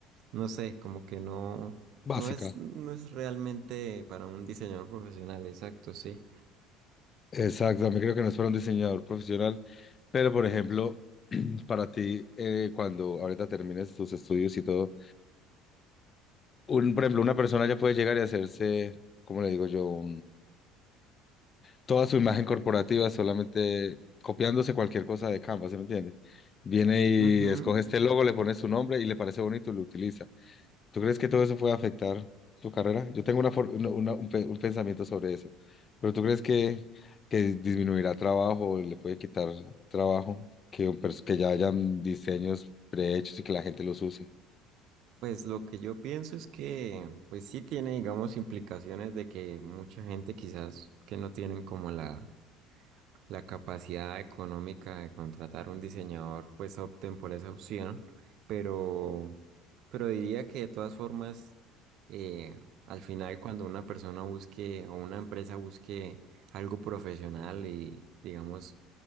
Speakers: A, on the right (about 65°); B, on the left (about 35°).
A: no sé, como que no,
B: básica.
A: no es, no es realmente para un diseñador profesional, exacto, sí.
B: Exacto, también creo que no es para un diseñador profesional, pero por ejemplo, <clears throat> para ti, eh, cuando ahorita termines tus estudios y todo, un, por ejemplo, una persona ya puede llegar y hacerse, ¿cómo le digo yo? toda su imagen corporativa solamente copiándose cualquier cosa de Canva, ¿se me entiende? Viene y
A: Ujú.
B: escoge este logo, le pone su nombre y le parece bonito y lo utiliza. ¿Tú crees que todo eso puede afectar tu carrera? Yo tengo una, for- una- una- un, pe- un pensamiento sobre eso, pero ¿tú crees que, que disminuirá trabajo, o le puede quitar trabajo, que, un pers- que ya hayan diseños prehechos y que la gente los use?
A: Pues lo que yo pienso es que, pues sí tiene, digamos, implicaciones de que mucha gente quizás que no tienen como la, la capacidad económica de contratar un diseñador, pues opten por esa opción, pero, pero diría que de todas formas, eh, al final cuando una persona busque o una empresa busque algo profesional y, digamos,